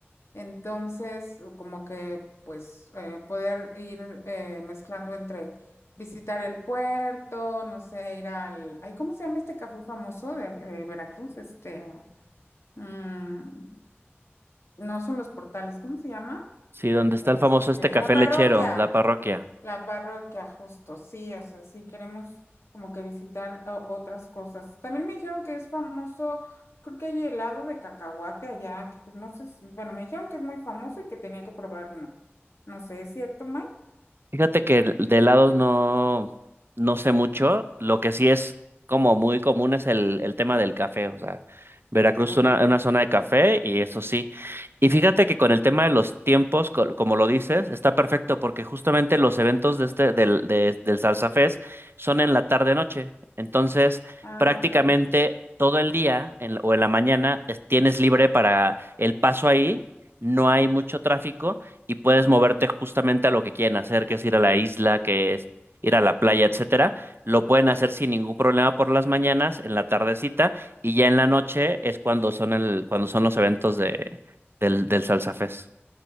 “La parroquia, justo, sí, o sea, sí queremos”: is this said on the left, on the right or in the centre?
Left